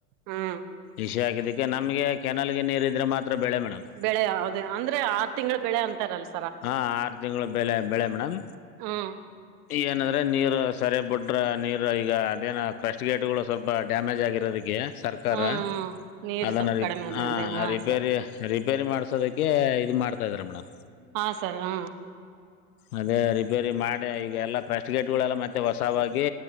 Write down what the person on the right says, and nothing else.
ಹ್ಮ್
ಬೆಳೆ ಹೌದೆ ಅಂದ್ರೆ ಆರು ತಿಂಗಳ ಬೆಳೆ ಅಂತಾರಲ್ಲ
ಹ್ಮ್
ಹಾ ನೀರು
ಸ್ವಲ್ಪ
ಕಡಿಮೆ ಅದ
ಅದೇ ಹಾ
ಸರ್
ಹ ಸರ್ ಹ